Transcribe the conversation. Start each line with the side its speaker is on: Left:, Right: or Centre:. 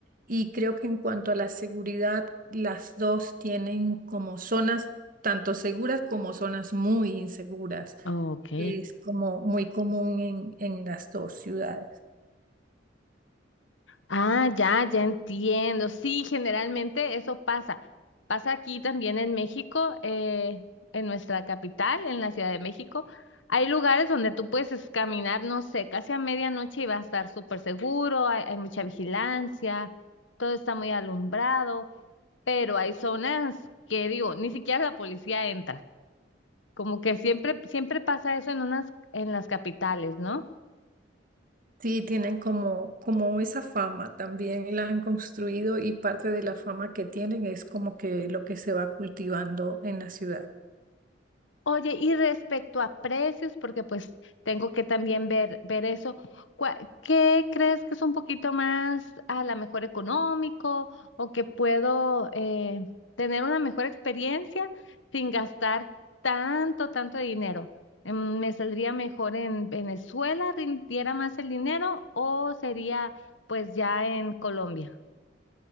Right: y creo que en cuanto a la seguridad, las dos tienen como zonas tanto seguras como zonas muy inseguras.
Left: Ok.
Right: Es como muy común en, en las dos ciudades.
Left: Ah, ya, ya entiendo. Sí, generalmente eso pasa. Pasa aquí también en México, eh, en nuestra capital, en la Ciudad de México. Hay lugares donde tú puedes es- caminar, no sé, casi a medianoche y va a estar súper seguro, hay, hay mucha vigilancia, todo está muy alumbrado, pero hay zonas que digo, ni siquiera la policía entra. Como que siempre, siempre pasa eso en unas, en las capitales, ¿no?
Right: Sí, tienen como, como esa fama, también la han construido y parte de la fama que tienen es como que lo que se va cultivando en la ciudad.
Left: Oye, y respecto a precios, porque pues tengo que también ver, ver eso, ¿cuá- ¿qué crees que es un poquito más a la mejor económico o que puedo eh, tener una mejor experiencia sin gastar tanto, tanto dinero? Em, ¿Me saldría mejor en Venezuela, rindiera más el dinero o sería pues ya en Colombia?